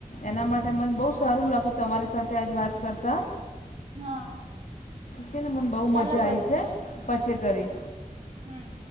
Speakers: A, on the left (about 65°); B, on the right (about 40°).
A: એના માટે મને બહુ સારું લાગુ તમારી સાથે આજ વાત કરતા
B: હા
A: કીને મને બહુ
B: ચાલો
A: મજા આઈ છે, પછે કરી
B: હમ્મ